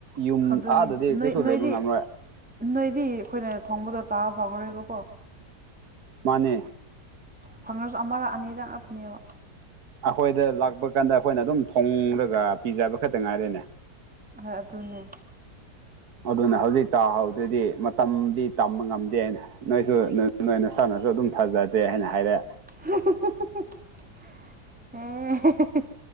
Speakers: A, on the right (about 65°); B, in the centre.
A: ꯌꯨꯝ
B: ꯑꯗꯨꯅꯤ
A: ꯑꯥꯗꯗꯤ
B: ꯅꯣꯏ
A: ꯀꯩꯁꯨ
B: ꯅꯣꯏꯗꯤ
A: ꯂꯩꯕ ꯉꯝꯔꯣꯏ
B: ꯅꯣꯏꯗꯤ ꯑꯈꯣꯏꯅ ꯊꯣꯡꯕꯗꯣ ꯆꯥꯕ ꯐꯪꯉꯔꯣꯏꯕꯀꯣ
A: ꯃꯥꯅꯦ
B: ꯐꯪꯉꯁꯨ ꯑꯃꯔꯛ ꯑꯅꯤꯔꯛ ꯉꯥꯛꯇꯅꯦꯕ
A: ꯑꯈꯣꯏꯗ ꯂꯥꯛꯄ ꯀꯥꯟꯗ ꯑꯈꯣꯏꯅ ꯑꯗꯨꯝ ꯊꯣꯡꯔꯒ ꯄꯤꯖꯕ ꯈꯛꯇ ꯉꯥꯏꯔꯦꯅꯦ
B: ꯍꯣꯏ ꯑꯗꯨꯅꯦ
A: ꯑꯗꯨꯅ ꯍꯧꯖꯤꯛ ꯆꯥꯍꯧꯗ꯭ꯔꯗꯤ ꯃꯇꯝꯗꯤ ꯇꯝꯕ ꯉꯝꯗꯦ ꯅꯣꯏꯁꯨ ꯅꯣꯏ ꯅꯣꯏ ꯅꯥꯁꯥꯟꯅꯁꯨ ꯑꯗꯨꯝ ꯊꯥꯖꯗꯦ ꯍꯥꯏꯅ ꯍꯥꯏꯔꯦ
B: <unintelligible>